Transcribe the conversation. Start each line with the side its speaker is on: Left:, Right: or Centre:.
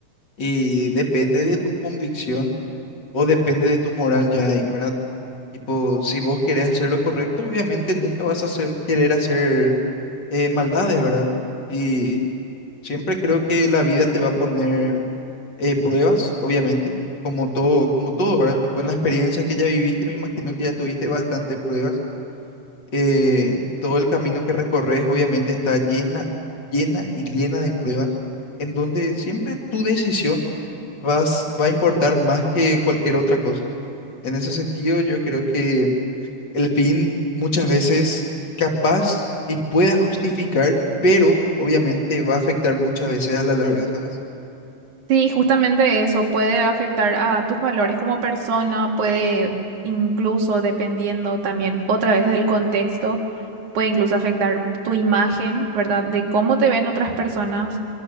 Left: Y depende de tu convicción o depende de tu moral ya ahí, ¿verdad? Tipo, si vos querés hacer lo correcto, obviamente nunca vas a hacer- querer hacer eh, maldades, ¿verdad? Y siempre creo que la vida te va a poner eh, pruebas, obviamente, como todo, como todo, ¿verdad? Tipo, en la experiencia que ya viviste, me imagino que ya tuviste bastantes pruebas eh, todo el camino que recorres obviamente está llena, llena y llena de pruebas, en donde siempre tu decisión vas, va a importar más que cualquier otra cosa. En ese sentido, yo creo que el fin muchas veces capaz y pueda justificar, pero obviamente va a afectar muchas veces a la larga, ¿sabes?
Right: Sí, justamente eso puede afectar a tus valores como persona, puede incluso, dependiendo también otra vez del contexto, puede incluso afectar tu imagen, ¿verdad? De cómo te ven otras personas,